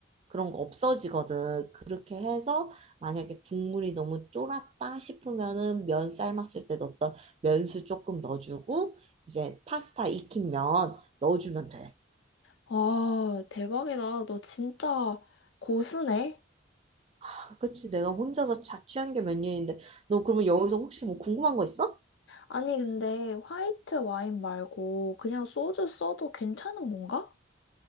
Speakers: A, on the right; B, on the left.
A: 그런 거 없어지거든. 그렇게 해서 만약에 국물이 너무 쫄았다 싶으면은 면 삶았을 때 넣었던 면수 조금 넣어주고 이제 파스타 익힌 면 넣어주면 돼.
B: 아, 대박이다. 너 진짜 고수네?
A: 아, 그치, 내가 혼자서 자취한 게 몇 년인데 너 그러면 여기서 혹시 뭐 궁금한 거 있어?
B: 아니, 근데 화이트 와인 말고 그냥 소주 써도 괜찮은 건가?